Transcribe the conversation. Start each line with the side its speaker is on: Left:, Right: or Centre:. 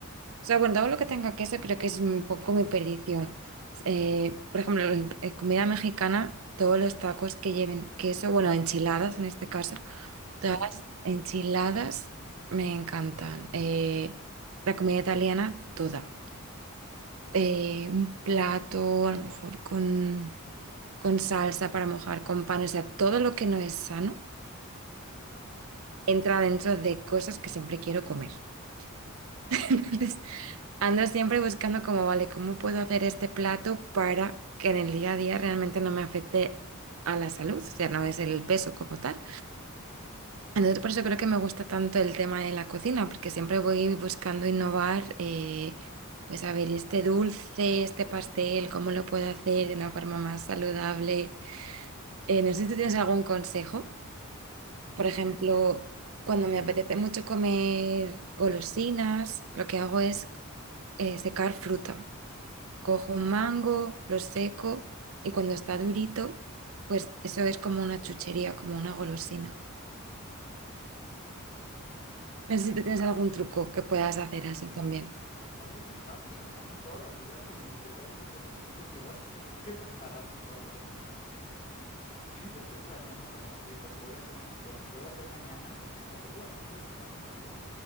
Right: sea, bueno, todo lo que tenga queso creo que es un poco mi perdición. Eh, por ejemplo, en en comida mexicana, todos los tacos que lleven queso, bueno, enchiladas en este caso,
Left: ujú,
Right: todas las enchiladas me encantan. Eh, la comida italiana, toda. Eh, un plato, a lo mejor con, con salsa para mojar, con pan, o sea, todo lo que no es sano.
Left: Ajá.
Right: entra dentro de cosas que siempre quiero comer. <laughs> Entonces, ando siempre buscando como, vale, ¿cómo puedo hacer este plato para que en el día a día realmente no me afecte a la salud? O sea, no es el peso como tal. Entonces, por eso creo que me gusta tanto el tema de la cocina, porque siempre voy buscando innovar, eh, pues a ver, este dulce, este pastel, ¿cómo lo puedo hacer de una forma más saludable? Eh, no sé si tú tienes algún consejo. Por ejemplo, cuando me apetece mucho comer golosinas, lo que hago es eh, secar fruta. Cojo un mango, lo seco y cuando está durito, pues eso es como una chuchería, como una golosina.
Left: Ajá. Sí, por supuesto.
Right: No sé si tú tienes algún truco que puedas hacer así también.
Left: Más bien estaba pensando en todas las ideas que me diste para estos días siguientes que voy a <laughs> tener que prepararme cosas. <laughs> ya estoy planeando como qué es lo que voy a tener, lo que puedo hacer mañana, porque como tengo bastante de esta carne molida,